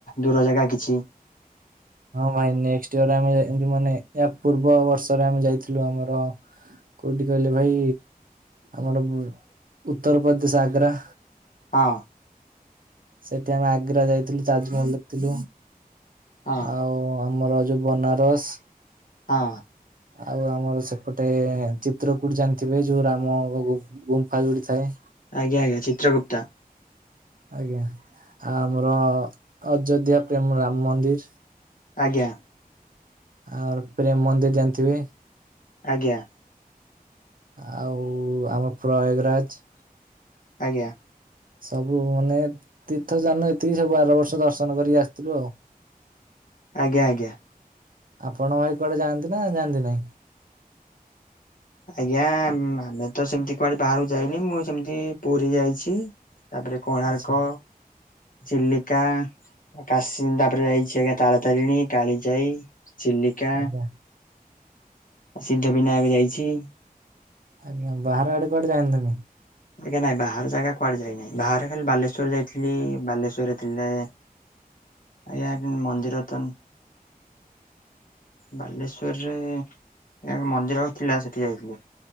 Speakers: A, on the left; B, on the right.
A: ଦୂର ଜାଗା କିଛି?
B: ହଁ ଭାଇ ନେକ୍ସଟ୍ ଇଅର୍ ଆମେ ମାନେ ଇଏ ପୂର୍ବ ବର୍ଷରେ ଆମେ ଯାଇଥିଲୁ ଆମର କୋଉଠି କହିଲେ ଭାଇ ଆମର ଉତ୍ତରପ୍ରଦେଶ ଆଗ୍ରା।
A: ହଁ
B: ସେଠି ଆମେ ଆଗ୍ରା ଯାଇଥିଲୁ ତାଜମହଲ ଦେଖିଥିଲୁ।
A: ହଁ
B: ଆଉ ଆମର ଯୋଉ ବନାରସ।
A: ହଁ
B: ଆଉ ଆମର ସେପଟେ ଚିତ୍ରକୁଟ ଜାଣିଥିବେ ଯୋଉ ରାମ ଗ ଗୁ ଗୁମ୍ଫା ଯୋଉଠି ଥାଏ।
A: ଆଜ୍ଞା ଆଜ୍ଞା ଚିତ୍ରଗୁପ୍ତା।
B: ଆଜ୍ଞା ଆଉ ଆମର ଅଯୋଧ୍ୟା ପ୍ରେମ ରାମ ମନ୍ଦିର।
A: ଆଜ୍ଞା।
B: ଆ ର ପ୍ରେମ ମନ୍ଦିର ଜାନ୍ଥିବେ।
A: ଆଜ୍ଞା।
B: ଆଉ ଆମର ପ୍ରୟାଗରାଜ।
A: ଆଜ୍ଞା।
B: ସବୁ ମାନେ ତୀର୍ଥଯାନ ଏତିକି ସବୁ ଆର ବର୍ଷ ଦର୍ଶନ କରିକି ଆସିଥିଲୁ ଆଉ।
A: ଆଜ୍ଞା ଆଜ୍ଞା।
B: ଆପଣ ଭାଇ କୁଆଡେ ଯାଆନ୍ତି ନା ଯାଆନ୍ତି ନାହିଁ?
A: ଆଜ୍ଞା ଆମେ ତ ସେମିତି କୁଆଡେ ବାହାରକୁ ଯାଇନି ମୁଁ ସେମିତି ପୁରୀ ଯାଇଚି। ତାପରେ କୋଣାର୍କ
B: ଆଚ୍ଛା
A: ଚିଲିକା କାସିଂ ତାପରେ ଯାଇଛି ଆଜ୍ଞା ତାରାତାରିଣୀ କାଳିଜାଇ ଚିଲିକା।
B: ଆଜ୍ଞା
A: ସିଦ୍ଧ ବିନାୟକ ଯାଇଚି।
B: ଆଜ୍ଞା ବାହାର ଆଡେ କୁଆଡେ ଯାଇନାହାନ୍ତି?
A: ଆଜ୍ଞା ନାଇଁ ବାହାର ଜାଗା କୁଆଡେ ଯାଇନାହିଁ ବାହାରେ ଖାଲି ବାଲେଶ୍ଵର୍ ଯାଇଥିଲି ବାଲେଶ୍ଵରରେ ଥିଲେ ଆଜ୍ଞା ଏମ୍ ମନ୍ଦିର ତନ୍ ବାଲେସ୍ଵର୍ ରେ ଏକ ମନ୍ଦିର ଥିଲା ସେଠି ଯାଇଥିଲି।